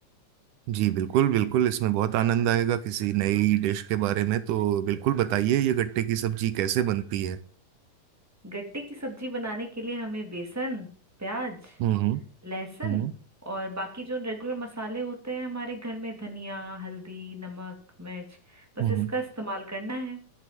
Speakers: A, on the right; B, in the centre.
A: जी बिल्कुल बिल्कुल इसमें बहुत आनंद आएगा किसी नई डिश के बारे में तो बिल्कुल बताइए ये गट्टे की सब्जी कैसे बनती है
B: गट्टे की सब्जी बनाने के लिए हमें बेसन प्याज
A: हम्म
B: लहसुन
A: हम्म
B: और बाकी जो रेगुलर मसाले होते हैं हमारे घर में धनिया हल्दी नमक मिर्च बस
A: हम्म
B: इसका इस्तेमाल करना है